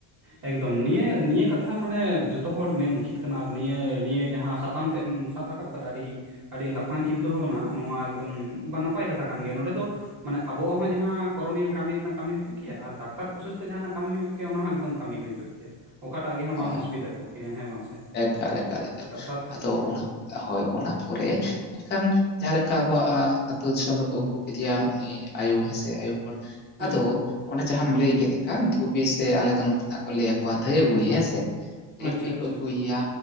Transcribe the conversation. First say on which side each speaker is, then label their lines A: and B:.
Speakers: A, on the right; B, on the left.
A: ᱮᱠᱫᱚᱢ ᱱᱤᱭᱟᱹ ᱱᱤᱭᱟᱹ ᱠᱟᱛᱷᱟ ᱢᱟᱱᱮ ᱡᱚᱛᱚ ᱦᱚᱲ ᱢᱮᱱ ᱩᱪᱤᱛ ᱠᱟᱱᱟ ᱟᱨ ᱱᱤᱭᱟᱹ, ᱱᱤᱭᱟᱹ ᱡᱟᱦᱟᱸ ᱥᱟᱛᱟᱢ ᱛᱮᱢ ᱮᱢ ᱥᱟᱵ ᱨᱟᱠᱟᱯ ᱨᱟᱠᱟᱵ ᱟᱠᱟᱫᱟ᱾ ᱟᱹᱰᱤ, ᱟᱹᱰᱤ ᱞᱟᱯᱷᱟᱝ ᱪᱤᱱᱛᱟᱹ ᱵᱷᱟᱹᱵᱽᱱᱟ ᱱᱚᱣᱟ ᱮᱠᱫᱚᱢ ᱵᱟ ᱱᱟᱯᱟᱭ ᱠᱟᱛᱷᱟ ᱠᱟᱱ ᱜᱮᱭᱟ᱾ ᱱᱚᱸᱰᱮ ᱫᱚ ᱢᱟᱱᱮ ᱟᱵᱚᱣᱟᱜ ᱦᱚᱸ ᱡᱟᱦᱟᱸ ᱠᱚᱨᱚᱱᱤᱭᱟ. ᱠᱟᱢᱤ ᱨᱮᱱᱟᱜ ᱠᱟᱹᱢᱤ ᱦᱩᱭ ᱠᱚᱜ ᱠᱮᱭᱼᱟ ᱟᱨ ᱫᱟᱠ ᱛᱟᱨ ᱯᱨᱚᱥᱮᱥ ᱛᱮ ᱡᱟᱦᱟᱸᱱᱟᱜ ᱠᱟᱹᱢᱤ ᱦᱩᱭ ᱠᱚᱜ ᱠᱮᱭᱟ᱿ ᱚᱱᱟ ᱦᱚᱸ ᱮᱠᱫᱚᱢ ᱠᱟᱹᱢᱤ ᱦᱩᱭ ᱠᱚᱜ ᱠᱮᱭᱟ᱾ ᱚᱠᱟᱴᱟᱜ ᱜᱮ ᱦᱚᱸ
B: ᱦᱳᱭ
A: ᱵᱟᱝ ᱚᱥᱵᱤᱫᱟ ᱠᱚᱜ ᱠᱮᱭᱟ ᱦᱮᱸ ᱵᱟᱝ ᱥᱮ?
B: ᱮᱠᱟᱞ, ᱮᱠᱟᱞ, ᱮᱠᱟᱞ᱾
A: ᱠᱟᱛᱷᱟ ᱫᱚ
B: ᱟᱫᱚ
A: ᱦᱩᱸ
B: ᱚᱱᱟ ᱦᱳᱭ, ᱚᱱᱟ ᱯᱚᱨᱮ ᱢᱮᱱᱠᱷᱟᱱ ᱡᱟᱦᱟᱸ ᱞᱮᱠᱷᱟ ᱟᱵᱚᱣᱟᱜ ᱟᱸ ᱟᱛᱳ ᱫᱤᱥᱚᱢ ᱨᱮᱠᱚ ᱟᱹᱜᱩ ᱠᱮᱫᱮᱭᱟ ᱩᱱᱤ ᱟᱭᱳ ᱦᱮᱸᱥᱮ ᱟᱭᱳ ᱦᱚᱲ
A: ᱦᱮᱸ
B: ᱟᱫᱚ ᱚᱸᱰᱮ ᱡᱟᱦᱟᱸᱢ ᱞᱟᱹᱭ ᱠᱮᱫ ᱞᱮᱠᱟ ᱫᱷᱩᱵᱤ ᱥᱮ ᱟᱞᱮ ᱫᱚ ᱱᱚᱛᱮ ᱫᱚ ᱦᱟᱸᱜ ᱠᱚ ᱞᱟᱹᱭ ᱟᱠᱚᱣᱟ ᱫᱷᱟᱹᱭᱟ. ᱵᱩᱲᱤ ᱦᱮᱸᱥᱮ? ᱥᱮ ᱫᱷᱟᱹᱭ
A: ᱟᱪᱪᱷᱟ
B: ᱵᱩᱰᱤ
A: ᱟᱪᱪᱷᱟ
B: ᱠᱚ ᱟᱹᱜᱩᱭᱮᱭᱟ